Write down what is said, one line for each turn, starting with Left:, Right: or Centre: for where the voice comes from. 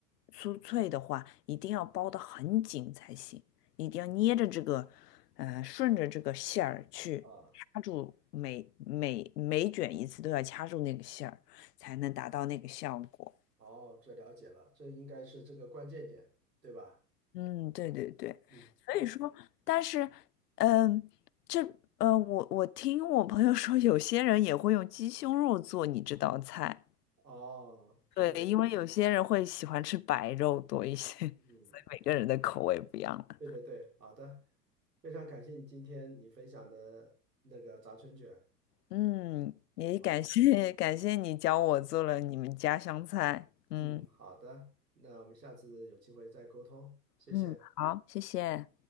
Left: 酥脆的话，一定要包得很紧才行，一定要捏着这个，呃，顺着这个馅儿去掐住每每每卷一次都要掐住那个馅儿，
Right: 啊。
Left: 才能达到那个效果。
Right: 哦，这了解了，这应该是这个关键点，对吧？
Left: 嗯，对对对，
Right: 嗯，
Left: 所以说，
Right: 好，
Left: 但是，嗯，这，呃，我我听我朋友说，有些人也会用鸡胸肉做你这道菜，
Right: 哦，是，
Left: 对，因为有些人会喜欢吃白肉多一些，
Right: 嗯，
Left: 所以每个人的口味不一样了。
Right: 对对对，好的，非常感谢你今天你分享的那个炸春卷。
Left: 嗯，也感谢感谢你教我做了你们家乡菜，
Right: 好，
Left: 嗯
Right: 嗯，好的，那我们下次有机会再沟通，谢谢。
Left: 嗯，好，谢谢。